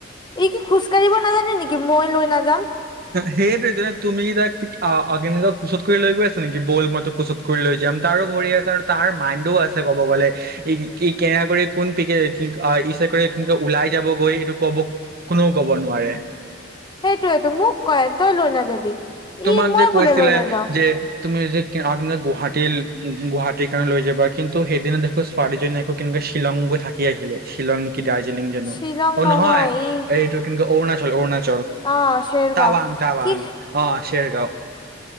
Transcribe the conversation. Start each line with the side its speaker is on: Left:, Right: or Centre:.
Left: এই কি খোজকাঢ়িব নাজানে নেকি মই লৈ নাজ
Right: সেইটো তুমি তাক অডিনিলক কুচত কৰি লৈ গৈ নেকি বল মই তোক কোচত কৰি লৈ যাম। তাৰো ভৰি আছে আৰু তাৰ মাইণ্ডও আছে কব গ'লে, ই কেনে কৰি কোন প ইচ কৰি কেনেক ওলাই যাবগৈ সেইটো কব কোনেও কব নোৱাৰে।
Left: সেইটোয়েটো মোক কয় তই লৈ নাযাবি।
Right: তোমাক
Left: ই মই
Right: যে
Left: বোলে
Right: কৈছিলে
Left: লৈ নাযাও
Right: যে, তুমি আপ গুৱাহাটীৰ গুৱাহাটীৰ কাৰণে লৈ যাবা কিন্তু সেইদিনা দেখো কো শ্বিলংগ থাকিয গৈ থাকি আহিলে শ্বিলং কি দাৰ্জিলিং যো
Left: শ্বিলং
Right: অঁ নহয়
Left: ই
Right: এইটো কিন্তু অৰুণাচল অৰুণাচল
Left: অ', চেৰগাঁও
Right: টাৱাং টাৱাং
Left: কি
Right: অঁ শেই গাঁও ও